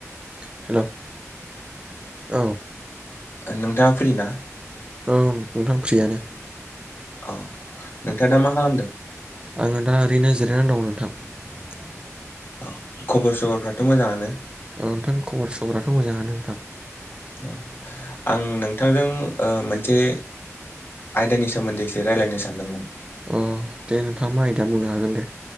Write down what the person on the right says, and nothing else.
<unintelligible> Hello अ
ओम नोंथां फ्रियानो।
आङो दा ओरैनो जिरायनानै दं नोंथां।
औ नोंथां खबर सबर आथ' मोजाङानो नोंथां।
अ दे नोंथाङा मा आयदा बुंनो हागोन दे